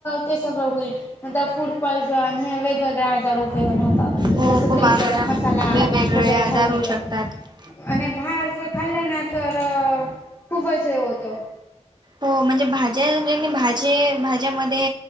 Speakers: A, on the left (about 20°); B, on the right (about 35°).
A: ते सगळं होईल. नंतर फूड पॉयझन हे वेगवेगळ्या दुरुपयोग राहतात.
B: हो
A: जस
B: खूप
A: तेलगट
B: आग
A: मसाला
B: वेगवेगळे
A: वगैरे
B: आजार
A: खाल्लं
B: होऊ शकतात
A: तर, आणि बाहेरच खाल्लं ना तर खूपच हे होतं.
B: हो, म्हणजे भाज्या ज्यानी भाजे भाज्यामध्ये